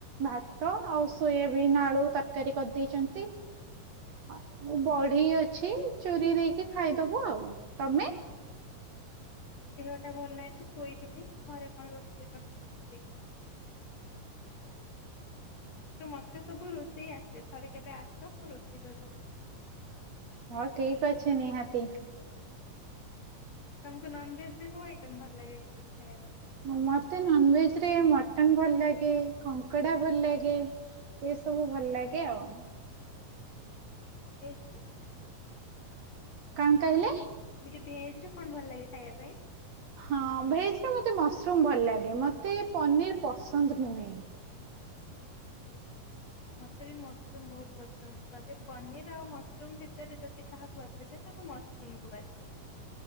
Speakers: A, on the right; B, on the left.
A: ଭାତ ଆଉ ସୋୟାବିନ୍ ଆଳୁ ତରକାରୀ କରିଦେଇଛନ୍ତି।
B: ଆଚ୍ଛା
A: ଆଉ
B: ଆଚ୍ଛା।
A: ମୁଁ ବଡି ଅ ଅଛି ଚୁରି ଦେଇକି ଖାଇଦବୁ ଆଉ ତମେ?
B: ମୋ ଦେହ ଟା ଭଲ ନାହି ନା ଶୋଇଥିଲି ଘରେ କଣ ରୋଷେଇ କରିଛନ୍ତି ମୁଁ ଦେଖିନି। କିନ୍ତୁ ମତେ, ସବୁ ରୋଷେଇ ଆସେ ଥରେ କେବେ ଆସସ ମୁଁ ରୋଷେଇ କରେ ତମକୁ ଦେବି।
A: ହଁ ଠିକ ଅଛି ନିହାତି
B: ତମକୁ ନନ ଭେଜ ରେ କୋଉ ଆଇଟମ ଭଲ ଲାଗେ ସେ
A: ମତେ ନନ୍ ଭେଜ ଥିରେ ମଟନ ଭଲ ଲାଗେ, କଙ୍କଡା ଭଲ ଲାଗେ ଏ ସବୁ ଭଲ ଲାଗେ ଆଉ ।
B: <unintelligible>
A: କଣ କହିଲେ?
B: ସେ ଭେଜ ରେ କଣ ଭଲ ଲାଗେ ଖାଇବା ପାଇଁ?
A: ହଁ ଭେଜରେ ମୋତେ ମସରୁମ୍ ଭଲ ଲାଗେ ମୋତେ ପନିର୍ ପସନ୍ଦ ନୁହେଁ ।
B: ଆଚ୍ଛା । ମତେ ବି ମସରୁମ ବହୁତ ପସନ୍ଦ ଯଦି ପନିର ଆଉ ମସରୁମ ଭିତରେ ଯଦି କାହାକୁ ବଛା ଯାଏ ତ ମୁଁ ମସରୁମକୁୁ ବାଛିବି ।